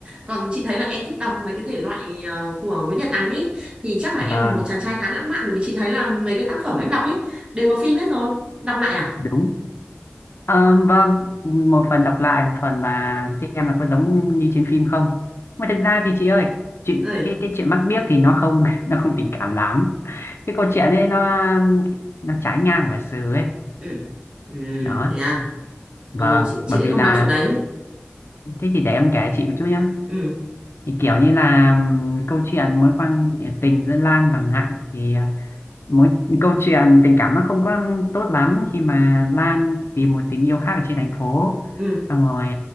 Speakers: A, on the right; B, on the left.
A: còn chị thấy là em thích đọc mấy cái thể loại ờ, của Nguyễn Nhật Ánh ý thì chắc là em
B: Vâng.
A: là một chàng trai khá lãng mạn bởi vì chị thấy là mấy cái tác phẩm em đọc ấy đều có phim hết rồi đọc lại à
B: đúng Ờ, vâng một phần đọc lại một phần là xem là có giống như trên phim không mà thực ra thì chị ơi chuyện
A: ơi
B: cái cái chuyện mắt biếc thì nó không <laughs> nó không tình cảm lắm cái câu chuyện ấy nó nó trái ngang với sự ấy
A: ừ ừ
B: đó
A: thế à
B: vâng
A: ồ chị
B: bởi
A: chị lại
B: vì
A: không
B: là
A: đọc chuyện đấy
B: thế thì để em kể chị một chút nhá
A: ừ
B: thì kiểu như là ừm, câu chuyện mối quan tình giữa Lan và Ngạn thì ờ, mối câu chuyện tình cảm nó không có tốt lắm khi mà Lan tìm một tình yêu khác ở trên thành phố
A: ừ
B: xong rồi